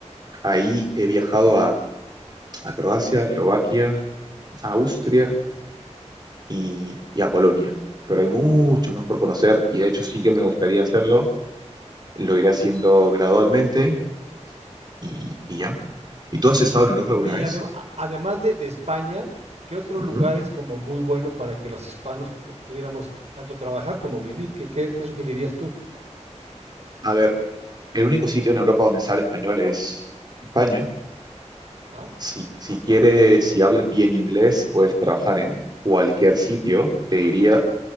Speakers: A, on the right; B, on the right.
A: Ahí he viajado
B: ok.
A: a, a Croacia, Eslovaquia, a Austria y, y a Polonia. Pero hay mucho más por conocer y de hecho sí que me gustaría hacerlo. Lo iré haciendo gradualmente y, y ya. ¿Y tú has estado en Europa alguna
B: Oye,
A: vez?
B: y adem- a- además de, de España, ¿qué otro
A: Ujú.
B: lugar es como muy bueno para que los hispanos pu- pudiéramos tanto trabajar como vivir? ¿Qué, qué- qué sugerirías tú?
A: A ver, el único sitio en Europa donde se habla español es España.
B: Ah,
A: Si, si quieres, si hablas bien inglés, puedes trabajar en cualquier sitio, te diría.